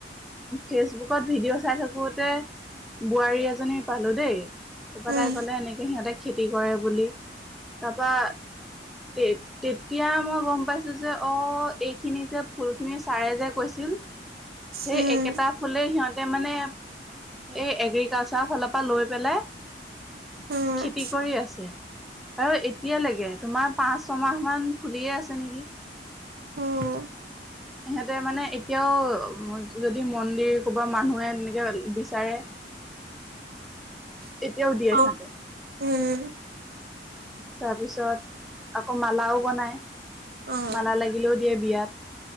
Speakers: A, in the centre; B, on the right.
A: ফেচবুকত ভিডিঅ' চাই থাকোতে বোৱাৰী এজনী পালো দেই, তাৰপা
B: উম,
A: তাই কলে এনেকে সিহঁতে খেতি কৰে বুলি। তাৰপা তে-তেতিয়া মই গম পাইছো যে অ' এইখিনি যে ফুলখিনি ছাৰে যে কৈছিল, সেই
B: উম,
A: একেটা ফুলেই সিহঁতে মানে এই এগ্ৰিকালচাৰ ফালৰ পৰা লৈ পেলাই
B: উম,
A: খেতি কৰি আছে আৰু এতিয়ালৈকে তোমাৰ পাঁচ ছমাহ মান খুলিয়ে আছে নিকি।
B: উম।
A: সিহঁতে মানে এতিয়াও, যদি মন্দিৰ ক বা মানুহে এনেকে বিচাৰে। এতিয়াও দিয়ে সিহঁতে।
B: অ', উম।
A: তাৰপিছত আকৌ মালাও বনাই
B: অ',
A: মালা লাগিলেও দিয়ে বিয়াত।